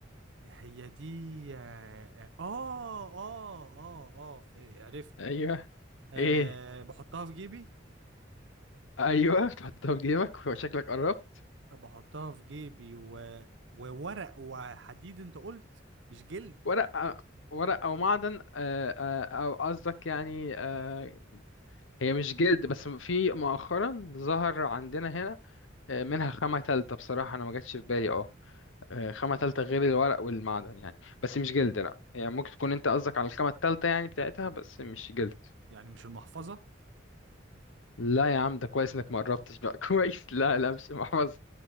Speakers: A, on the right; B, on the left.
A: هي دي اه اه اه اه, آه في- عرفت
B: أيوه
A: آه
B: إيه
A: بحطها في جيبي
B: أيوه تحطها في جيبك وشكلك قربت
A: بحطها في جيبي و... وورق وحديد انت قلت مش جلد
B: ورق ورق أو معدن آه، آه، أو قصدك يعني آه، هي مش جلد بس في مؤخرا ظهر
A: مم.
B: عندنا هنا آه، منها خامة تالتة بصراحة أنا ما جاتش في بالي اه آه، خامة تالتة غير الورق والمعدن يعني بس مش جلد لا هي ممكن تكون أنت قصدك على الخامة التالتة يعني بتاعتها بس مش جلد
A: يعني مش المحفظه
B: لا يا عم ده كويس إنك ما قربتش بقى <laughs> كويس لا لا مش محفظة